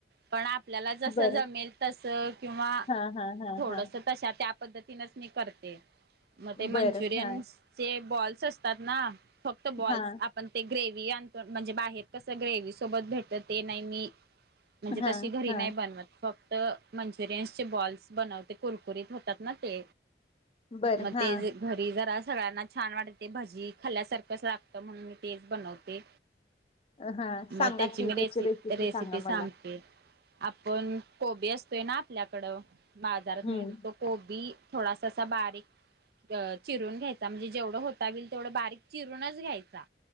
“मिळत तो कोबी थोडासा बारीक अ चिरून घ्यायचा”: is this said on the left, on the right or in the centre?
Right